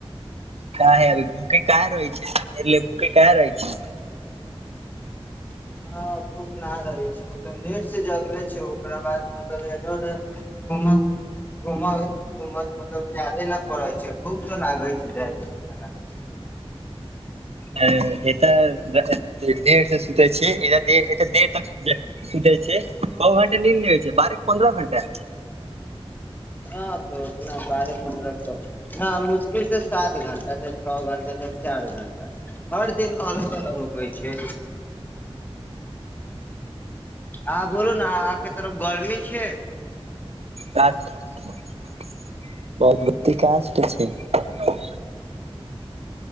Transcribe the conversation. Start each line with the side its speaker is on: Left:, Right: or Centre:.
Right: काहे अभी भूखे काहे रहय छी मेरे लिए भूखे काहे रहय छी
Left: <unintelligible> हँ भूख लागल छै मतलब लेट से जगले छै ओकरा बाद मतलब एने ओने हँ <inaudible> घूम घूम मतलब जादे नहि पड़ै छै भूख तऽ लागै छै जाइ छिये खाला <inaudible>
Right: हें एतऽ देर से सुतै छी एतऽ देर तक सुतै छिये कौ घण्टा नीद लेबै छिये बारह की पन्द्रह घण्टा
Left: हँ तऽ एतना बार पन्द्रह न मुश्किल से सात घण्टा चाहे छओ घण्टा चाहे चार घण्टा हर दिन अलग अलग होखै छै अहँ बोलू न अहाँके तरफ गर्मी छै
Right: क बहुत बते काज छटै छै <unintelligible>